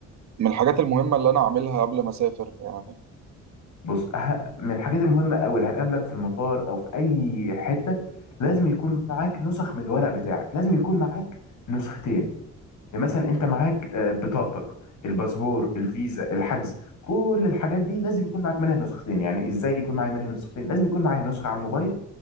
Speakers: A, on the right (about 65°); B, on the left (about 70°).
A: من الحاجات المهمه اللي انا عاملها قبل ما اسافر يعني
B: بص أه- من الحاجات المهمة قوي اللي هتقابلك في المطار او في اي حتة لازم يكون معاك نسخ من الورق بتاعك لازم يكون معاك نسختين يعني مثلا انت معاك آه، بطاقتك الباسبور الفيزا الحجز كل الحاجات دي لازم يكون معاك منها نسختين يعني ازاي يكون معايا منها نسختين لازم يكون معايا نسخة على الموبايل